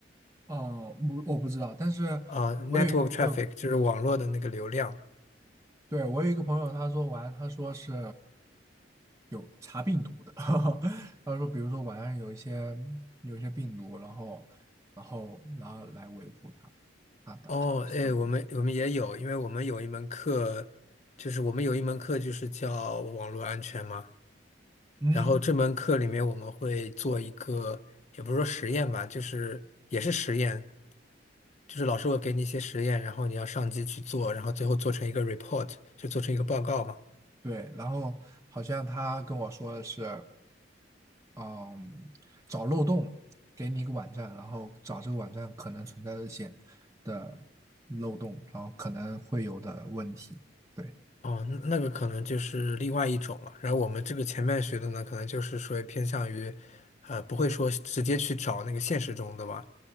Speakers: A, on the right; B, on the left.
A: 哦，不，我不知道，但是
B: 啊，network
A: 我有一个朋友，
B: traffic 就是网络的那个流量。
A: 对，我有一个朋友，他说玩，他说是有查病毒的，<laughs> 他说比如说晚上有一些有一些病毒，然后然后然后来维护他它的它的上瘾。
B: 哦，哎，我们我们也有，因为我们有一门课，就是我们有一门课就是叫网络安全嘛。
A: 嗯，
B: 然后这门课里面我们会做一个，也不是说实验吧，就是也是实验，就是老师会给你一些实验，然后你要上机去做，然后最后做成一个 report，就做成一个报告嘛。
A: 对，然后好像他跟我说的是。嗯，找漏洞，给你一个网站，然后找这个网站可能存在的险的漏洞，然后可能会有的问题。对，
B: 哦，那那个可能就是另外一种了。然后我们这个前面学的呢，可能就是说偏向于，呃，不会说直接去找那个现实中的吧，